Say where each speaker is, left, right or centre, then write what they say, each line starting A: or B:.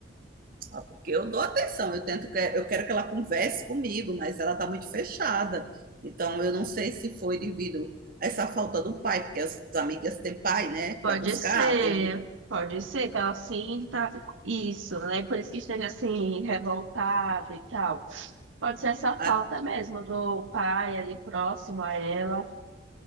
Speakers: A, on the right (about 45°); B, on the right (about 85°).
A: Ah, Porque eu dou atenção, eu tento que eu quero que ela converse comigo, mas ela está muito fechada. Então eu não sei se foi devido a essa falta do pai, porque as amigas têm pai, né, que
B: Pode
A: vai buscar.
B: ser,
A: tem-
B: pode ser que ela sinta isso, né? Por isso que esteja assim, revoltada e tal. Pode ser essa falta
A: a-
B: mesmo do pai ali próximo a ela.